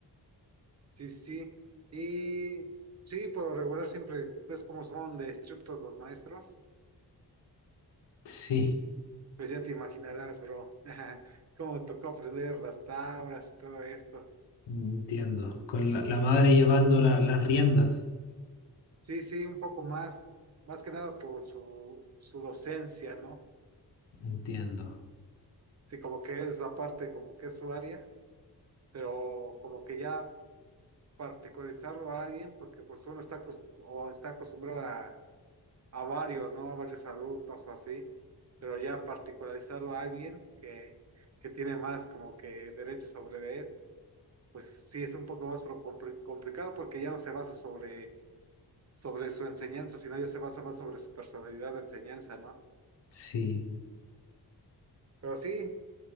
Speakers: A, on the right (about 40°); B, on the left (about 85°).
A: Sí, sí. sí. Y sí, por lo regular siempre, pues como son de estrictos los maestros,
B: Sí,
A: pues ya te imaginarás, bro, <laughs> cómo me tocó aprender las tablas y todo esto.
B: entiendo. Con la, la madre llevando la- las riendas.
A: Sí, sí, un poco más, más que nada por su, su docencia, ¿no?
B: Entiendo.
A: Sí, como que es la parte, como que es su área, pero como que ya particularizarlo a alguien, porque pues uno está, acos- o está acostumbrado a a varios, ¿no? A varios alumnos o así, pero ya particularizarlo a alguien que, que tiene más como que derechos sobre de él, pues sí es un poco más pro- compli- complicado porque ya no se basa sobre, sobre su enseñanza, sino ya se basa más sobre su personalidad de enseñanza, ¿no?
B: Sí.
A: Pero sí,